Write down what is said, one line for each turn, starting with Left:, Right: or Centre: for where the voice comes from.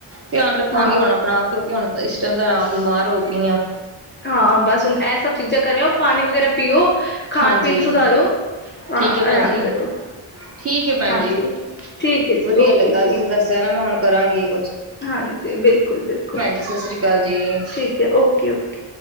Right: ਧਿਆਨ ਰੱਖਾਂਗੀ
Left: ਹਾਂ
Right: ਹੁਣ ਆਪਣਾ ਕਿਉਂਕਿ ਹੁਣ ਇਸ ਟਾਈਮ ਤਾਂ ਮੈਂ ਆਪ ਬਿਮਾਰ ਹੋ ਪਈ ਆ।
Left: ਹਾਂ ਬਸ ਹੁਣ ਇਹ ਸਭ ਚੀਜ਼ਾਂ ਕਰ ਰਹੇ ਹੋ ਪਾਨੀ ਵਗੈਰਾ ਪੀਓ। ਖਾਣ
Right: ਹਾਂਜੀ
Left: ਪੀਣ ਸੁਧਾਰੋ ਹਾਂ
Right: ਠੀਕ ਹੈ ਭੈਣ
Left: ਆਰਾਮ
Right: ਜੀ,
Left: ਕਰੋ
Right: ਠੀਕ ਹੈ ਭੈਣ
Left: ਹਾਂਜੀ
Right: ਜੀ
Left: ਠੀਕ ਹੈ ਜੀ
Right: ਵਧੀਆ
Left: ਓਕੇ
Right: ਲੱਗਾ
Left: ਜੀ
Right: ਤੁਸੀਂ ਦੱਸਿਆ ਨਾ ਮੈਂ ਹੁਣ ਕਰਾਗੀ।
Left: ਹਾਂਜੀ ਬਿਲਕੁਲ-ਬਿਲਕੁਲ
Right: ਜੀ ਸਤਿ ਸ੍ਰੀ ਅਕਾਲ ਜੀ।
Left: ਠੀਕ ਹੈ ਓਕੇ-ਓਕੇ।